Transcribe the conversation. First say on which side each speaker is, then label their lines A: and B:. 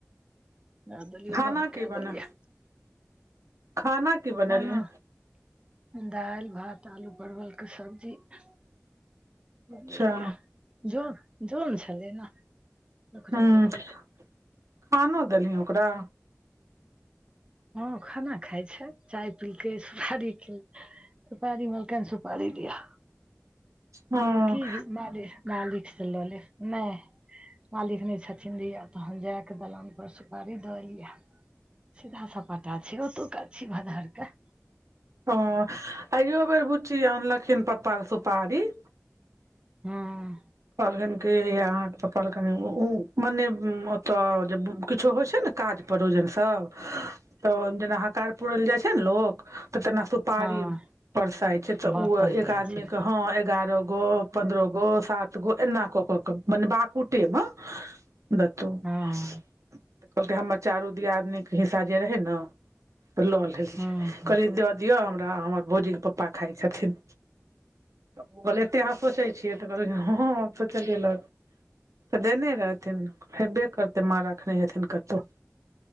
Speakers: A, on the right (about 20°); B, on the right (about 80°).
A: दए देलियै
B: खाना
A: बन्द
B: कि
A: कए
B: बने
A: देलियै
B: खाना की बनेलही
A: खाना दाल भात आलू परवलके सब्जी <unintelligible>
B: अच्छा
A: बझलिय ज जम छलै ने ओकरा
B: हूँ
A: दुआरे
B: खानो
A: तऽ
B: देलि ओकरा
A: हँ खाना खाय छै चाय पीलके सुपारीे सुपारी मलकने सुपारी दियो
B: हँ
A: कहलियै की माले मालिक से लऽ ले नै मालिक नहि छथिन ल तहन जाय ते दलान पर सुपारी देल य सीधा सपाटा छी ओतुका छीये भदहर के
B: हँ आइयो बेर बुच्ची आनलखिन पपा सुपारी
A: हँ
B: कहलखिन कि अहाँके कहलख मने ओतऽ जे किछो होइ छै ने काज परोजन सब तऽ ओहि जेना हकार पूरल जाइ छै ने लोग तऽ तेना सु पारी
A: हँ
B: परसाइत छै तऽ
A: बाँटल
B: ओ एक
A: जाइ
B: आदमीके
A: छै
B: हँ ए ग्यारह गो पन्द्रह गो सात गो एना क क क मने बकुटेमे दतो
A: हँ
B: तऽ कहलकै हमर चारू दियाद नीक हिसा जे रहै ने तऽ लऽ कहलीयो
A: हँ हँ
B: दऽ दियअ हमरा हमर भौजीके पपा खाइ छथिन तऽ ओ कहलै एते अहाँ सोचै छियै तऽ कहलियै हाँ हँ सोचलिए गेल दने रहथिन करते माँ राखने हेथिन कतो